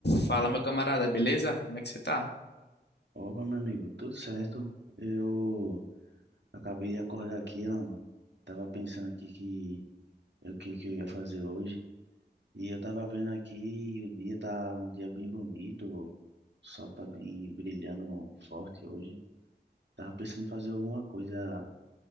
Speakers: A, on the left; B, on the right.
A: Fala, meu camarada, beleza? Como é que você tá?
B: Opa, meu amigo, tudo certo? Eu acabei de acordar aqui, Lama. Tava pensando aqui que é o que que eu ia fazer hoje. E eu tava vendo aqui, o dia tá um dia bem bonito, o sol tá bem brilhando forte hoje. Tava pensando em fazer alguma coisa